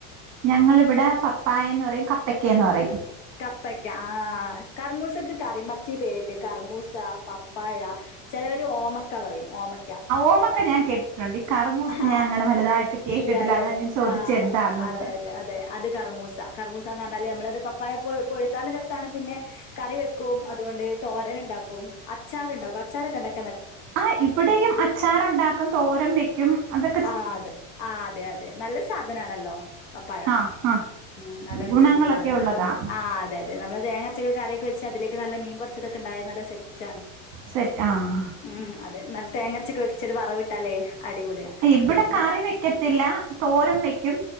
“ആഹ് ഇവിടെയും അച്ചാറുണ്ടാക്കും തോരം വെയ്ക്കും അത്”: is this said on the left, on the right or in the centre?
Right